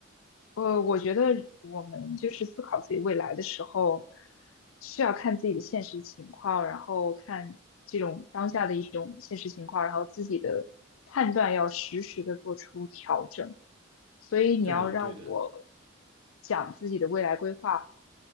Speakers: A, on the left; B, on the right.
A: 呃，我觉得我们就是思考自己未来的时候，是要看自己的现实情况，然后看这种当下的一种现实情况，然后自己的判断要实时的做出调整。所以你要让我
B: 对的，对的，
A: 讲自己的未来规划，